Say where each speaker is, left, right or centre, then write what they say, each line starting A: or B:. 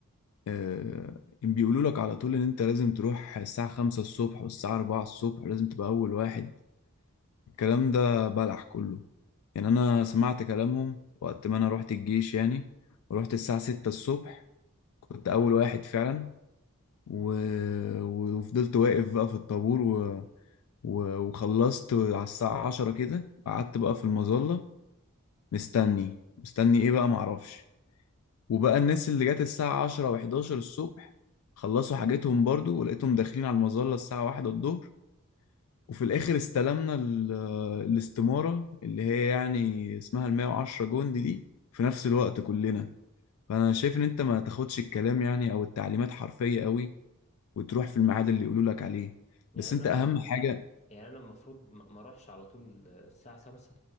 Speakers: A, on the left (about 80°); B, on the left (about 30°).
A: آه إن بيقولوا لك على طول ان انت لازم تروح الساعة خمسة الصبح والساعة أربعة الصبح ولازم تبقى اول واحد الكلام ده بلح كله يعني انا سمعت كلامهم وقت ما انا رحت الجيش يعني ورحت الساعة ستة الصبح كنت اول واحد فعلا و... و- وفضلت واقف بقى في الطابور و... و... وخلصت على الساعة عشرة كده قعدت بقى في المظلة مستني مستني ايه بقى معرفش وبقى الناس اللي جت الساعة عشرة وحداشر الصبح خلصوا حاجتهم برضو ولقيتهم داخلين على المظلة الساعة واحدة الظهر وفي الآخر استلمنا ال... الاستمارة اللي هي يعني اسمها المية وعشرة جندي دي في نفس الوقت كلنا فأنا شايف إن أنت ما تاخدش الكلام يعني أو التعليمات حرفية قوي وتروح في الميعاد اللي يقولوا لك عليه
B: يعني
A: بس
B: انا
A: انت اهم حاجة
B: يعني انا المفروض ما ما اروحش على طول الساعة خمسة